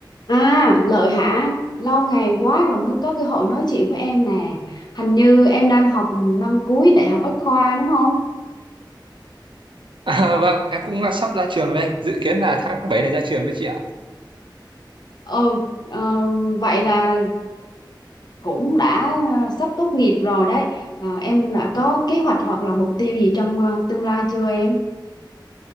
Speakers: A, on the left; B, on the right.
A: À, Lợi hả? Lâu ngày quá rồi mới có cơ hội nói chuyện với em nè. Hình như em đang học năm cuối Đại học Bách khoa đúng không?
B: À, vâng, em cũng à, sắp ra trường đây, dự kiến là tháng 7 này ra trường đấy chị ạ.
A: Ừ, ờ, vậy là cũng đã ờ, sắp tốt nghiệp rồi đấy. Ờ, em đã có kế hoạch hoặc là mục tiêu gì trong ờ, tương lai chưa em?